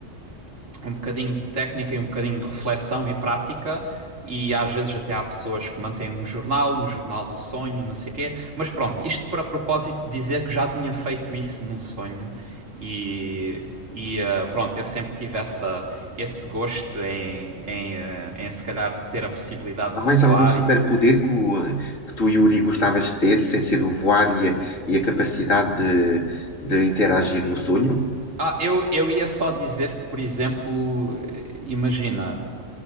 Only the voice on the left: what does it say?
Há
mais
algum superpoder
que, o- que tu, Yuri, gostavas de ter, sem ser o voar e a, e a capacidade de, de interagir no sonho?